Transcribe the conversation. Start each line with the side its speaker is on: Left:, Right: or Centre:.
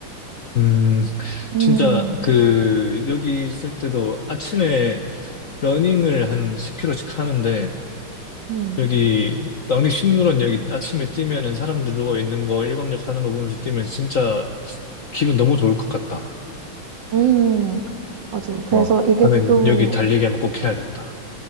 Left: 음.
Right: 음,
Left: 진짜 그 여기 있을 때도 아침에 러닝을 한 10km씩 하는데
Right: 음,
Left: 여기 왕립식물원 여기 아침에 뛰면은 사람들 누워 있는 거 일광욕 하는 거 보면서 뛰면 진짜 기분 너무 좋을 것 같다.
Right: 음, 맞아. 그래서
Left: 어,
Right: 이게
Left: 가면
Right: 또,
Left: 여기 달리기 한번 꼭 해야겠다.